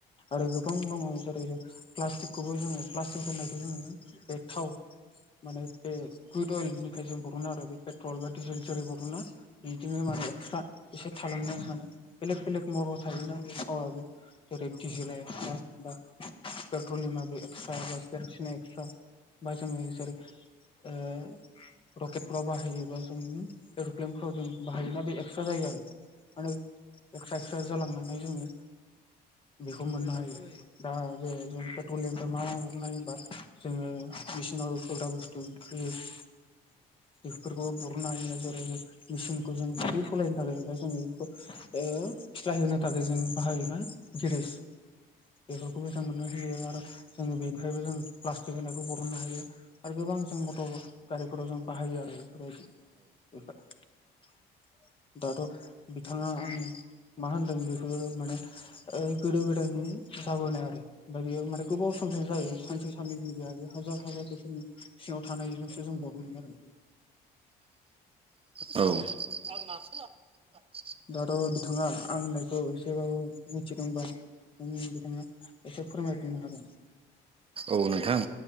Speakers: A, on the left (about 30°); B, on the right (about 35°).
A: आरो गोबां दङ जेरै जों प्लास्टिकखौबो जोङो प्लास्टिक होननायखौ जोङो बे थाव माने बे कुइद अइेलनिफ्राय जों बरना आरो बे पेट्रल बा डिजेल जेरै बरना बिदिनो माने एक्सट्रा एसे थालांनाय माने बेलेक बेलेग महराव थायोना थावाबो। जेरै डिजेला एक्सट्रा बा पेट्रलियामा एक्सट्रा बा केरासिना एक्सट्रा। बा जोङो जेरै ओ रकेटफ्राव बाहायोबा जों एरप्लेनफ्राव जों बाहायोना बे एक्सट्रा जायो आरो। माने एक्स एक्स्रा जालांनानै जोङो बेखौ मोननो हायो। दा बे जों पेट्रलिमफ्राय मा मानाय होनबा? जोङो मेसिनाव होग्रा बसतू तथ्रिस <unintelligible> बेफोरखौबो बरनो हायो जोरै जों मेसिनखौ जों गोखै सालायनो थाखाय एबा जों बेखौ ओ फिसलाय होनो थाखाय जों बाहायोना। गिरिस बेफोरखौबो जों मोननो होयो आरो जों बेनिफ्रायबो जों प्लास्टिक होनायखौ बरननो हायो। आरो गोबां जों मटर गारिफोराव जों बाहायो आरो बेफोरबायदि बेफोर दाथ' बिथाङा आं मा होनदों बेखो माने। गोदो गोदायनि जाबोनाय आरो। ओमफ्राय बेयो माने गोबाव सम सिम जायो सानसे साननै दिन जाया बे हाजार हाजार बोसोरनि सिङाव थानायजोंसो जों बहनगोन।
B: औ। <inaudible>
A: दाथ' बिथाङा आं होननायखौ एसेबाबो मिथिदोंबा। जों बिथाङा एसे फोरमायफिननो हागोन।
B: औ नोंथां।